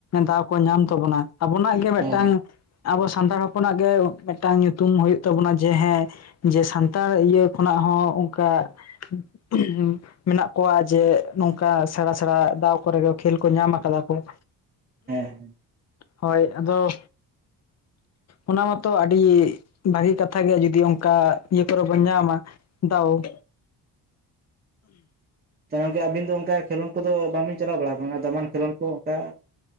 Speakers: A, on the left; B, on the right.
A: ᱫᱟᱣ ᱠᱚ ᱧᱟᱢ ᱛᱟᱵᱚᱱᱟ, ᱟᱵᱚᱱᱟᱜ ᱜᱮ
B: ᱦᱮᱸ
A: ᱢᱤᱫᱴᱟᱝ ᱟᱵᱚ ᱥᱟᱱᱛᱟᱲ ᱦᱚᱯᱚᱱᱟᱜ ᱜᱮ ᱢᱤᱫᱴᱟᱝ ᱧᱩᱛᱩᱢ ᱦᱩᱭᱩᱜ ᱛᱟᱵᱚᱱᱟ ᱡᱮ ᱦᱮᱸ ᱡᱮ ᱥᱟᱱ ᱥᱟᱱᱛᱟᱲ ᱤᱭᱟᱹ ᱠᱷᱚᱱᱟᱜ ᱦᱚᱸ ᱚᱱᱠᱟ <unintelligible> ᱢᱮᱱᱟᱜ ᱠᱚᱣᱟ ᱡᱮ ᱱᱚᱝᱠᱟ ᱥᱮᱬᱟ ᱥᱮᱬᱟ ᱫᱟᱣ ᱠᱚᱨᱮ ᱜᱮ ᱠᱷᱮᱞ ᱠᱚ ᱧᱟᱢ ᱟᱠᱟᱫᱟ ᱠᱚ ᱾
B: ᱦᱮᱸ
A: <inaudible> ᱦᱳᱭ ᱟᱫᱚ ᱚᱱᱟ ᱢᱟᱛᱚ ᱟᱹᱰᱤ ᱵᱷᱟᱹᱜᱤ ᱠᱟᱛᱷᱟ ᱜᱮ ᱡᱩᱚᱫᱤ ᱚᱱᱠᱟ ᱤᱭᱟᱹ ᱠᱚᱨᱮ ᱵᱚᱱ ᱧᱟᱢᱟ ᱾ ᱫᱟᱸᱣ <inaudible>
B: ᱛᱟᱦᱮ ᱜᱚᱢᱠᱮ ᱟᱵᱤᱱ ᱫᱚ ᱚᱱᱠᱟ ᱠᱷᱮᱞᱳᱱ ᱠᱚᱫᱚ ᱵᱟᱝᱵᱤᱱ ᱪᱟᱞᱟᱣ ᱵᱟᱲᱟ ᱟᱠᱟᱱᱟ ᱫᱟᱢᱟᱱ ᱠᱷᱮᱞᱳᱱ ᱠᱚ ᱚᱱᱠᱟ?